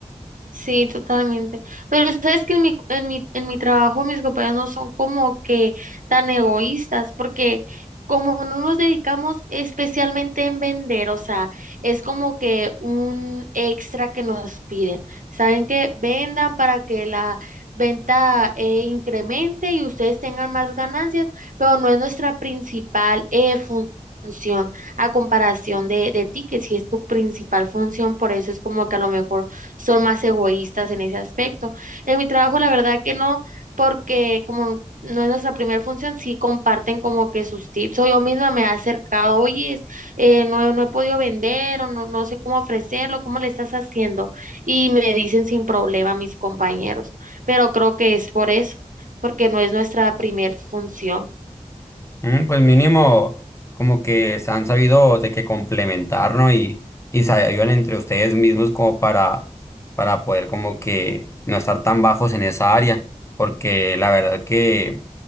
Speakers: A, on the right; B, on the left.
A: Sí, totalmente. Pero sabes que en mi, en mi, en mi trabajo mis compañeros no son como que tan egoístas, porque como no nos dedicamos especialmente en vender, o sea, es como que un extra que nos piden. Saben que vendan para que la venta eh, incremente y ustedes tengan más ganancias, pero no es nuestra principal eh, fun- función a comparación de, de ti, que si es tu principal función, por eso es como que a lo mejor son más egoístas en ese aspecto. En mi trabajo, la verdad que no, porque como no es nuestra primera función, sí comparten como que sus tips. O yo misma me he acercado, oye, es- eh, no, no he podido vender o no, no sé cómo ofrecerlo, cómo le estás haciendo. Y me dicen sin problema mis compañeros, pero creo que es por eso, porque no es nuestra primera función.
B: Mm, Pues mínimo, como que se han sabido de que complementar, ¿no? Y, y se ayudan entre ustedes mismos como para, para poder como que no estar tan bajos en esa área, porque la verdad que,